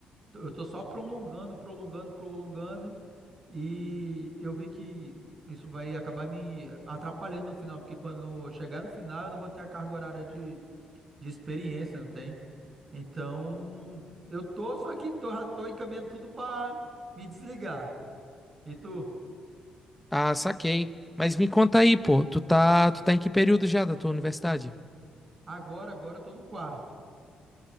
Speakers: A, on the right; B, in the centre.
A: t- eu tô só prolongando, prolongando, prolongando. E eu vi que isso vai acabar me atrapalhando no final, porque quando chegar no final, eu não vou ter a carga horária de de experiência, não tem? Então, eu tô, só que tô, já tô encaminhando tudo pra me desligar. E tu?
B: Ah, saquei. Mas me conta aí, pô, tu tá, tu tá em que período já da tua universidade?
A: Agora, agora eu tô no quarto.